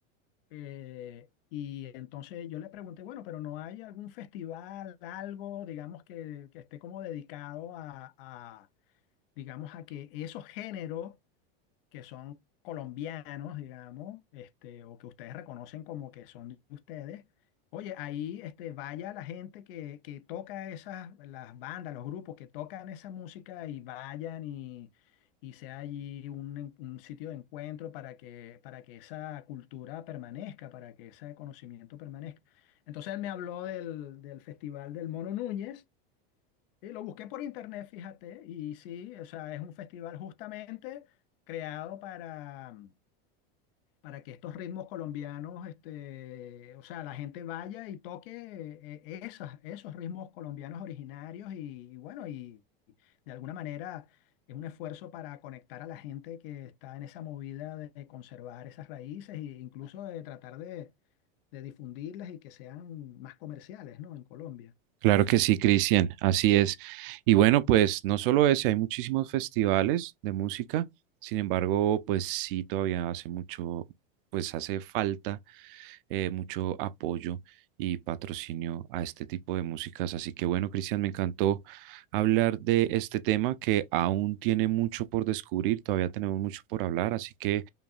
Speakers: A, on the left (about 70°); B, on the right (about 65°).
A: eh, y entonces yo le pregunté, bueno, pero ¿no hay algún festival, algo, digamos, que, que esté como dedicado a, a, digamos, a que esos géneros que son colombianos, digamos, este, o que ustedes reconocen como que son de ustedes, oye, ahí este, vaya la gente que, que toca esas, las bandas, los grupos que tocan esa música y vayan y, y sea allí un, en- un sitio de encuentro para que, para que esa cultura permanezca, para que ese conocimiento permanezca. Entonces él me habló del, del Festival del Mono Núñez. Sí, lo busqué por internet, fíjate, y sí, o sea, es un festival justamente creado para, mm, para que estos ritmos colombianos, este, o sea, la gente vaya y toque eh, eh, esas, esos ritmos colombianos originarios y, y bueno, y de alguna manera es un esfuerzo para conectar a la gente que está en esa movida de conservar esas raíces e incluso de tratar de, de difundirlas y que sean más comerciales, ¿no? En Colombia.
B: Claro que sí, Cristian, así es. Y bueno, pues no solo ese, hay muchísimos festivales de música, sin embargo, pues sí, todavía hace mucho, pues hace falta eh, mucho apoyo y patrocinio a este tipo de músicas. Así que bueno, Cristian, me encantó hablar de este tema que aún tiene mucho por descubrir, todavía tenemos mucho por hablar, así que